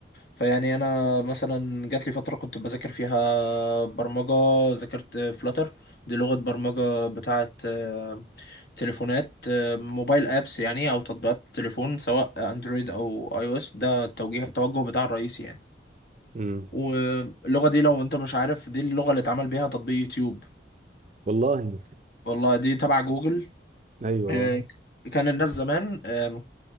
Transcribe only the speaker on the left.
فيعني انا مثلا جات لي فتره كنت بذاكر فيها برمجه ذاكرت فلاتر دي لغه برمجه بتاعه آه، تليفونات آه، موبايل ابس يعني او تطبيقات تليفون سواء اندرويد او اي او اس ده التوجيه التوجه بتاع الرئيسي يعني
واللغه دي لو انت مش عارف دي اللغه اللي اتعمل بيها تطبيق يوتيوب
والله دي تبع جوجل
آه، كان الناس زمان آه،